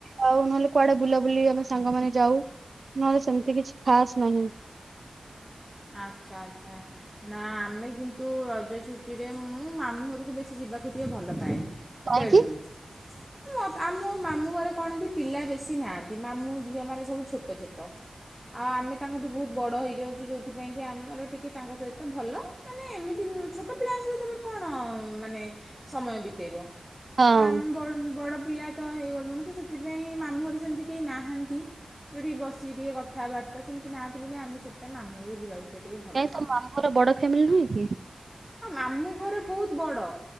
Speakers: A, on the right (about 60°); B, in the centre.
A: ଆଉ ନହେଲେ କୁଆଡେ ବୁଲାବୁଲି ଆମେ ସାଙ୍ଗମାନେ ଯାଉ ନହେଲେ ସେମିତି କିଛି ଖାସ୍ ନାହିଁ।
B: ଆଚ୍ଛା ଆଚ୍ଛା। ନା ଆମେ କିନ୍ତୁ ରଜ ଛୁଟିରେ ମୁଁ ମାମୁଁ ଘରକୁ ବେଶୀ ଯିବାକୁ ଟିକେ ଭଲ ପାଏନି।
A: କାହିଁକି
B: ବେଳୁରୁ ମୋ ତ ଆମ ମାମୁଁ ଘରେ କଣ କି ପିଲା ବେଶୀ ନାହାଁନ୍ତି, ମାମୁଁ ଝିଅମାନେ ସବୁ ଛୋଟ ଛୋଟ। ଆ, ଆମେ ତାଙ୍କଠୁ ବହୁତ ବଡ ହେଇଯାଉଚୁ, ଯୋଉ ସେଥିପାଇଁକି ଆମର ଟିକେ ତାଙ୍କ ସହିତ ଭଲ, ମାନେ ଏମିତି ନ- ଛୋଟ ପିଲାଙ୍କ ସହିତ ତୋମେ କଣ ମାନେ ସମୟ ବିତେଇବ,
A: ହଁ
B: ତ ଆମ ବଡ୍ ବଡ଼ ପିଲା ତ ହେଇଗଲୁଣି ତ ସେଥିପାଇଁ ମାମୁଁ ଘରେ ସେମିତି କେହି ନାହାନ୍ତି। ଯୋଉଠି ବସିକି ଟିକେ କଥାବାର୍ତ୍ତା ସେମିତି ନାହାନ୍ତି ବୋଲି, ଆମେ ସେଥିପାଇଁ ମାମୁଁରକୁ ଯିବାକୁ ଟିକେ ଭଲ
A: କାଇଁ
B: ପାଉନା
A: ତୋ ମାମୁଁ ଘର ବଡ ଫ୍ୟାମିଲି ନୁହେଁ କି?
B: ହଁ ମାମୁଁ ଘର ବହୁତ ବଡ଼।